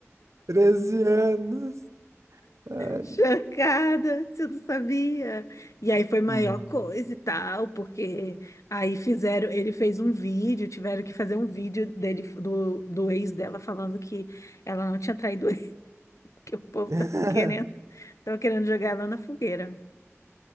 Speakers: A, on the right (about 75°); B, on the left (about 85°).
A: 13 anos. Ai,
B: Chocada, que você não sabia. E aí foi maior
A: não.
B: coisa e tal, porque aí fizeram, ele fez um vídeo, tiveram que fazer um vídeo dele do, do ex dela falando que ela não tinha traído ele, <laughs> que o povo
A: <laughs>
B: tava querendo, tava querendo jogar ela na fogueira.